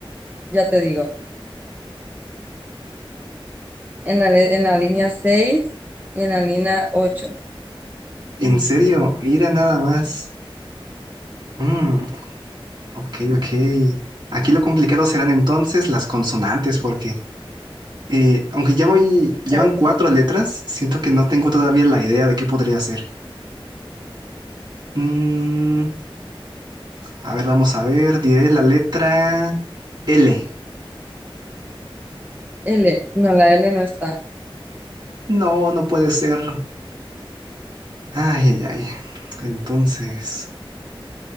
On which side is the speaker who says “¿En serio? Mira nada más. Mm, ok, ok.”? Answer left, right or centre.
Right